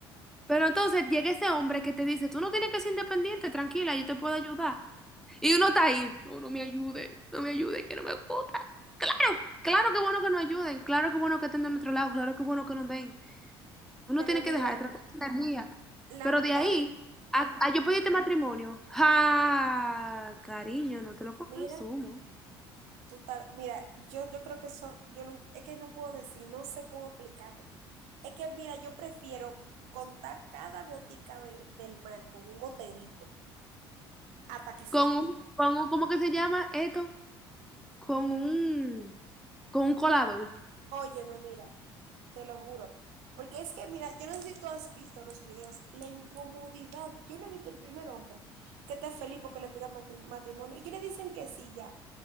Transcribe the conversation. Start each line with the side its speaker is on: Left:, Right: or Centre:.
Centre: Pero entonces llega ese hombre que te dice, tú no tienes que ser independiente, tranquila, yo te puedo ayudar. Y uno está ahí, no, no me ayude, no me ayude, que no me gusta. Claro, claro que bueno que nos ayuden, claro que bueno que estén de nuestro lado, claro que bueno que nos den. Uno
Right: pero
Centre: tiene
Right: mira,
Centre: que dejar de tratar esa energía.
Right: la
Centre: Pero
Right: mentalidad,
Centre: de ahí,
Right: ajá,
Centre: a, a yo pedirte matrimonio. ¡Ja! Cariño, no te lo consumo.
Right: mira, tú tal, mira, yo, yo creo que eso, yo no, es que no puedo decir, no sé cómo explicarte. Es que mira, yo prefiero contar cada gotica de- del mar con un goterito hasta que se
Centre: Con
Right: seque.
Centre: un, con un, ¿cómo que se llama esto? Con un, con un colador.
Right: Óyeme, mira, te lo juro. Porque es que, mira, yo no sé si tú has visto los videos, la incomodidad. Yo no he visto el primer hombre que está feliz porque le pidan matri- matrimonio. Y ellos le dicen que sí ya.